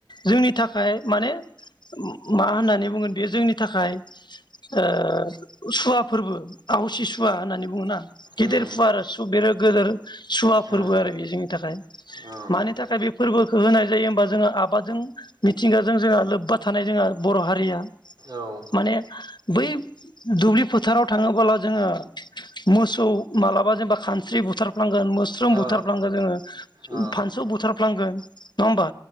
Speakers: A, on the left; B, on the right.
A: जोंनि थाखाय माने मा होननानै बेयो जोंनि थाखाय ओ सुवा फोरबो आवसि सुवा होननानै बुङा गेदेर
B: ओ उम
A: सुवा आरो बे गेदेर सुवा फोरबो
B: उम
A: आरो बेयो जोंनि थाखाय
B: औ
A: मानि थाखाय बे फोरबोखौ होनाय जायो हबा जोङो आबादजों मिथिंगाजों जोंहा लोब्बा थानाय जोंहा बर' हारिया
B: औ
A: माने बै दुब्लि फोथाराव थाङोबोला जोङो मोसौ मालाबा जेनेबा खानस्रि बुथार फफ्लांगोन मोस्रोम
B: औ
A: बुथारफ्लांगोन जोङो
B: ओ औ
A: फानसौ बुथारफ्लांगोन नङा होमबा